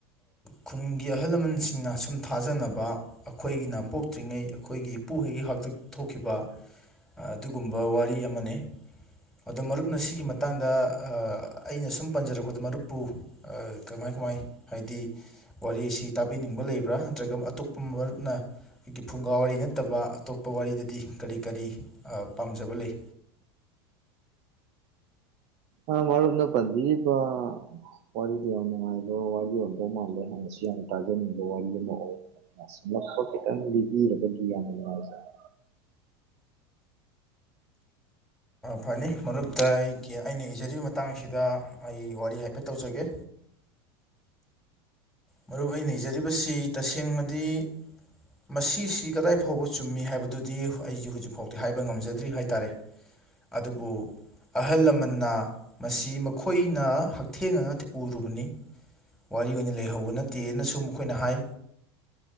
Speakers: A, in the centre; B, on the right.
A: ꯈꯨꯟꯒꯤ ꯑꯍꯜ ꯂꯃꯟꯁꯤꯡꯅ ꯁꯨꯝ ꯊꯥꯖꯅꯕ ꯑꯩꯈꯣꯏꯒꯤꯅ ꯄꯣꯛꯇ꯭ꯔꯤꯉꯩ ꯑꯩꯈꯣꯏꯒꯤ ꯏꯄꯨ ꯍꯣꯏꯒꯤ ꯍꯥꯛꯇꯛ ꯊꯣꯛꯈꯤꯕ ꯑꯗꯨꯒꯨꯝꯕ ꯋꯥꯔꯤ ꯑꯃꯅꯤ ꯑꯗꯣ ꯃꯔꯨꯞꯅ ꯁꯤꯒꯤ ꯃꯇꯥꯡ ꯗ ꯑꯩꯅ ꯁꯨꯝ ꯄꯟꯖꯔꯛꯄꯗ ꯃꯔꯨꯞꯄꯨ ꯀꯃꯥꯏ ꯀꯃꯥꯏ ꯍꯥꯏꯗꯤ ꯋꯥꯔꯤ ꯑꯁꯤ ꯇꯥꯕꯤꯅꯤꯡꯕ ꯂꯩꯕ꯭ꯔꯥ ꯅꯠꯇ꯭ꯔꯒ ꯑꯇꯣꯞꯄ ꯃꯔꯨꯞꯅ ꯑꯩꯈꯣꯏꯒꯤ ꯐꯨꯡꯒꯥ ꯋꯥꯔꯤ ꯅꯠꯇꯕ ꯑꯇꯣꯞꯄ ꯋꯥꯔꯤꯗꯗꯤ ꯀꯔꯤ ꯀꯔꯤ ꯄꯥꯝꯖꯕ ꯂꯩ
B: ꯑ ꯃꯔꯨꯞꯅ ꯄꯟꯕꯤꯔꯤꯕ ꯋꯥꯔꯤꯗꯨ ꯌꯥꯝ ꯅꯨꯡꯉꯥꯏꯕ ꯋꯥꯔꯤ ꯑꯣꯏꯗꯧꯕ ꯃꯥꯜꯂꯦ ꯍꯥꯏꯅꯁꯨ ꯌꯥꯝꯅ ꯇꯥꯖꯅꯤꯡꯕ ꯋꯥꯔꯤ ꯑꯃ ꯑꯣꯏ ꯑ ꯃꯣꯠꯄ ꯈꯤꯇꯪ ꯂꯤꯕꯤꯔꯒꯗꯤ ꯌꯥꯝꯅ ꯅꯨꯡꯉꯥꯏꯖꯔꯦ
A: ꯐꯅꯤ ꯃꯔꯨꯞꯗ ꯑꯩꯒꯤ ꯑꯩꯅ ꯏꯖꯔꯤꯕ ꯃꯇꯥꯡꯁꯤꯗ ꯑꯩ ꯋꯥꯔꯤ ꯍꯥꯏꯐꯦꯠ ꯇꯧꯖꯒꯦ ꯃꯔꯨꯞ ꯑꯩꯅ ꯏꯖꯔꯤꯕꯁꯤ ꯇꯁꯦꯡꯕꯗꯤ ꯃꯁꯤꯁꯤ ꯀꯗꯥꯏ ꯐꯥꯎꯕ ꯆꯨꯝꯃꯤ ꯍꯥꯏꯕꯗꯨꯗꯤ ꯑꯩꯖꯨ ꯍꯧꯖꯤꯛꯐꯥꯎꯗꯤ ꯍꯥꯏꯕ ꯉꯝꯖꯗ꯭ꯔꯤ ꯍꯥꯏꯇꯥꯔꯦ ꯑꯗꯨꯕꯨ ꯑꯍꯜ ꯂꯃꯟꯅ ꯃꯁꯤ ꯃꯈꯣꯏꯅ ꯍꯛꯊꯦꯡꯅꯅ ꯎꯔꯨꯕꯅꯤ ꯋꯥꯔꯤ ꯑꯣꯏꯅ ꯂꯩꯍꯧꯕ ꯅꯠꯇꯦꯅꯁꯨ ꯃꯈꯣꯏꯅ ꯍꯥꯏ